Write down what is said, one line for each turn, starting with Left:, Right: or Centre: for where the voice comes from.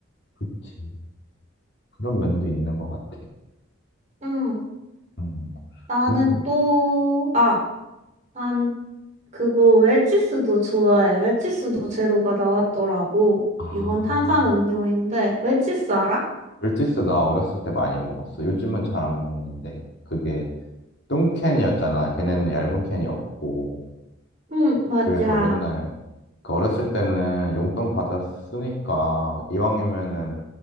Left: 그치. 그런 면도 있는 것 같아.
Right: 응,
Left: 음.
Right: 나는
Left: 근
Right: 또, 아, 난 그거 웰치스도 좋아해. 웰치스도 제로가 나왔더라고.
Left: 아.
Right: 이건 탄산 음료인데, 웰치스 알아?
Left: 물티스 나 어렸을 때 많이 먹었어. 요즘은 잘 안 먹는데 그게 뚱캔이었잖아. 걔네는 얇은 캔이 없고
Right: 응, 맞아.
Left: 그래서 맨날 그 어렸을 때는 용돈 받았으니까 이왕이면은